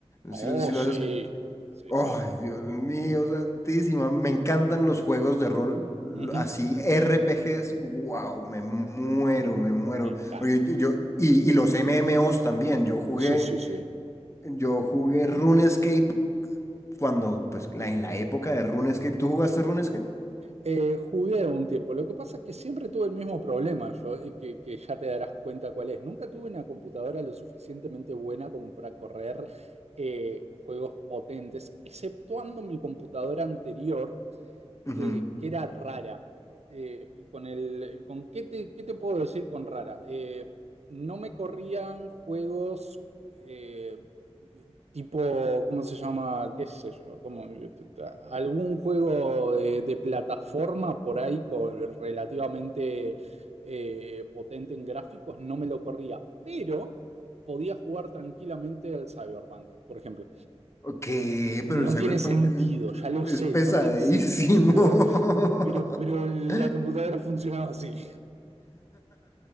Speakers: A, on the right; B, on the left.
A: Oh,
B: Si, lo si
A: sí,
B: lo has escu-
A: sí,
B: Ay,
A: sí.
B: Dios mío, santísima. Me encantan los juegos de rol, l-
A: Ujú.
B: así RPGs. Wow, me muero,
A: Mm,
B: me muero.
A: Me encantan.
B: Porque yo, yo- y, y los MMOs también. Yo jugué,
A: Sí, sí, sí.
B: yo jugué RuneScape cuando, pues, la- en la época de RuneScape. ¿Tú jugaste RuneScape?
A: Eh, jugué un tiempo. Lo que pasa es que siempre tuve el mismo problema, yo, eh, que, que ya te darás cuenta cuál es. Nunca tuve una computadora lo suficientemente buena como para correr eh, juegos potentes, exceptuando mi computadora anterior.
B: Ujú.
A: que, que era rara. Eh, con el, con ¿qué te, qué te puedo decir con rara? Eh, no me corrían juegos eh, tipo, ¿cómo se llama? ¿Qué sé yo? como algún juego de, de plataforma por ahí con, relativamente eh, potente en gráficos, no me lo corría, pero podía jugar tranquilamente al Cyberpunk, por ejemplo.
B: ¿Qué?
A: No
B: Pero el Cyberpunk
A: tiene sentido, ya lo
B: es
A: sé,
B: pesadísimo.
A: no tiene sentido,
B: <laughs>
A: pero, pero la computadora funcionaba así. <laughs>